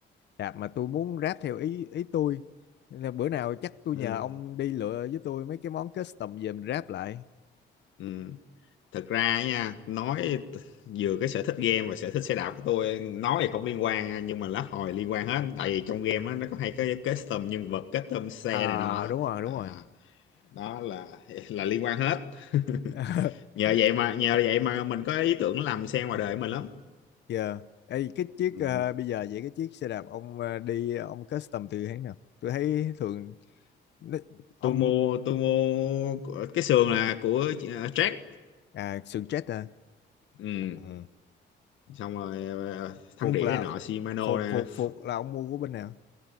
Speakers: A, on the left; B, on the left.
A: đạp mà tôi muốn ráp theo ý ý tôi Nên là bữa nào chắc tôi
B: ừ.
A: nhờ ông đi lựa với tôi mấy cái món custom về mình ráp lại
B: Ừ. thực ra nha nói t- vừa cái sở thích game và sở thích xe đạp của tôi nói thì không liên quan nha, nhưng mà lát hồi liên quan hết tại vì trong game á nó có hay cái custom nhân vật custom xe
A: à
B: này nọ
A: đúng rồi đúng
B: à,
A: rồi
B: đó là <laughs> là liên quan hết <laughs>
A: <laughs>
B: nhờ vậy mà nhờ vậy mà mình có ý tưởng làm xe ngoài đời của mình lắm
A: giờ Ê, cái chiếc
B: ừ.
A: ờ, bây giờ vậy cái chiếc xe đạp ông ờ, đi ông custom từ hãng nào tôi thấy thường nó- ông
B: tôi mua tôi mua của- cái sườn là của uh, Jack
A: à sườn chết à
B: ừ.
A: Ừ.
B: xong rồi ờ, thắng
A: phục
B: đĩa
A: là
B: này nọ Shimano
A: phục
B: nè
A: phục
B: F-
A: phục là ông mua của bên nào